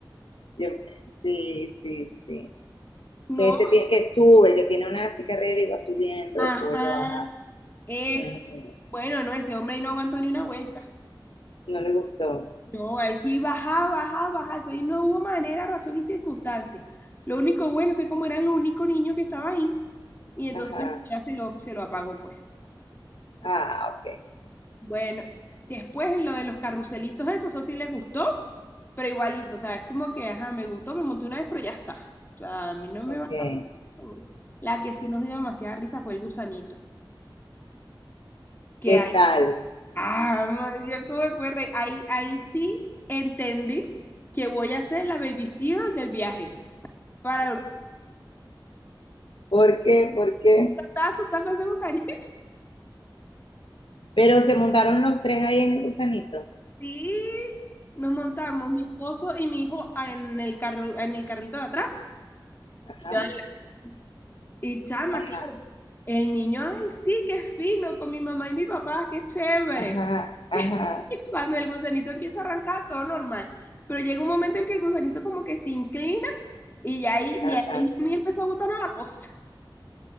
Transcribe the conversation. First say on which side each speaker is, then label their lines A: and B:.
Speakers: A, on the left; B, on the left.
A: Yo, sí, sí, sí.
B: No,
A: Que ese tie- que sube, que tiene una así carrera y va subiendo,
B: ajá,
A: después lo baja.
B: es.
A: Ujú.
B: Bueno, no, ese hombre ahí no aguantó ni una vuelta.
A: No le gustó.
B: No, ahí sí bajaba, bajaba, bajaba. Eso ahí no hubo manera, razón y circunstancia. Lo único bueno es que como era el único niño que estaba ahí, y entonces
A: Ajá.
B: la señora se lo, se lo apagó, pues.
A: Ah, ok,
B: Bueno, después en lo de los carruselitos, eso, eso sí les gustó, pero igualito, o sea, es como que, ajá, me gustó, me monté una vez, pero ya está. O sea, a mí no me
A: ok.
B: va a estar poniendo con eso. La que sí nos dio demasiada risa fue el gusanito. Que
A: ¿Qué
B: ahí,
A: tal?
B: ah, ma- yo como me pude reír. Ahí, ahí sí entendí que voy a ser la baby zero del viaje. Para ver,
A: ¿Por qué? ¿Por qué?
B: estaba asustada con ese gusanito. <laughs>
A: Pero se montaron los tres ahí en el gusanito.
B: Sí, nos montamos mi esposo y mi hijo en el carro, en el carrito de atrás
A: Ajá,
B: y yo adelante. Y chama,
A: ajá,
B: claro. El niño, ay, sí, qué fino, con mi mamá y mi papá, qué chévere.
A: ajá, ajá,
B: <laughs> Cuando el gusanito empieza a arrancar, todo normal. Pero llega un momento en que el gusanito como que se inclina y ya ahí, ni
A: ajá.
B: a él ni a mí empezó a gustarnos la cosa.